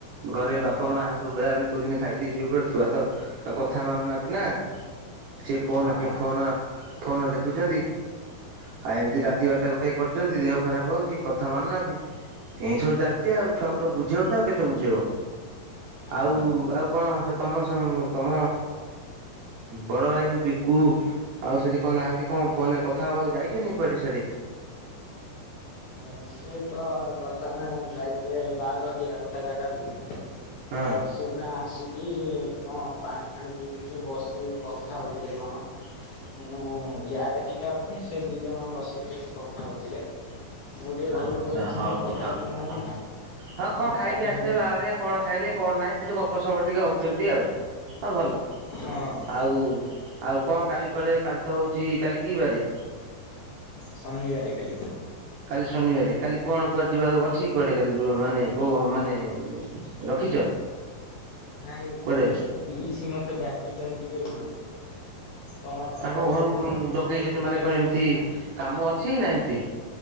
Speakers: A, on the right (about 85°); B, on the left (about 75°).
A: ଘରେ
B: ହଁ
A: ବାପା ମା ସବୁ ବେଳାବେଲି କହୁଛନ୍ତି ଖାଇଦେଇ ଶୋଇପଡ଼ ଛୁଆ ତ କଥା ମାନୁନାହାନ୍ତି ନା। ସିଏ ଫୋନ
B: ହଁ
A: କେ ଫୋନ ଫୋନ ଦେଖୁଛନ୍ତି। ଆଉ ଏମିତି ରାତି
B: ହୁଁ
A: ବାରଟା ଗୋଟେ କରୁଛନ୍ତି ଦେହ ଖରାପ ହଉଛି କଥା ମାନୁନାହାନ୍ତି। ଏମିତି ସବୁ ଚାଲିଛି ଆଉ ଛୁଆଙ୍କୁ ତ ବୁଝେଇବ ତ ଆଉ କେତେ ବୁଝେଇବ ଆଉ
B: ହଁ।
A: ଆଉ କଣ? ତମ ତମ ବଡ ଭାଇ ବିକୁ ଆଉ ସେଠି କଣ ନାହାନ୍ତି କଣ ଫୋନରେ କଥାବାକୁ ଯାଇଛନ୍ତି କୁଆଡେ ସିଆଡେ।
B: ହଁ ପା। ସିଏ ତ ବର୍ତ୍ତମାନ ଯାଇଥିଲେ ବାହାଘରିଆ ଗୋଟେ ଜାଗାକୁ ତ
A: ହଁ।
B: ସିଏ ଏଇନା ଆସିକି କଣ ପାଣି ଫାଣି ପିଇକି ଟିକେ ବସି କଥା ହଉଥିଲେ କଣ?
A: <inaudible>
B: ମୁଁ ୟାଡେ ଟିକେ ଅଛି ସେ ଦି ଜଣ ବସିକି ସେଠି କଥା ହଉଥିଲେ। ମୁଁ ଟିକେ
A: ଆଚ୍ଛା
B: ଘରକୁ ପଳେଇ ଆଇଛି
A: ହଁ
B: କାହିଁକି ନା
A: ହୋଉ
B: ଘରେ
A: ଥାଉ
B: କେହି
A: ହଁ
B: ନାହାନ୍ତି ନା
A: ହଁ କଣ
B: ମୁଁ
A: ଖାଇକି
B: ଚାବି
A: ଆସିଥିବେ
B: ଫାବି
A: ବାଆଘରିଆ।
B: ଦେଇ
A: କଣ ଖାଇଲେ କଣ ନାହିଁ ଏମିତି ଗପ ସପ ଟିକେ ହଉଛନ୍ତି ଆଉ। ହଁ ଭଲ
B: ହଁ
A: ଆଉ ଆଉ କଣ କାଲି କୁଆଡେ କାଲି ତ ହଉଛି କାଲି କି ବାରେ?
B: ଶନିବାରେ କାଲି।
A: କାଲି ଶନିବାର କାଲି କଣ କୁଆଡଯିବା ଅଛି କୁଆଡେ କାଲି ମାନେ ବ ମାନେ ର ରଖିଛ?
B: ନାଇଁ
A: କୁଆଡେ
B: କାଲି ମୋ ପିଇସି ମତେ ଡାକିଛନ୍ତି ଟିକେ ଘରକୁ କଣ ତାଙ୍କର
A: ତାଙ୍କ ଘରୁ
B: ଯୋଉ ମାନେ
A: ଡକେଇଛନ୍ତି
B: ଯୋଉ ମିଠା
A: ମାନେ କଣ
B: ପିଠା
A: ଏମିତି
B: ହୁଏ ନା
A: କାମ ଅଛି ନା ଏମିତି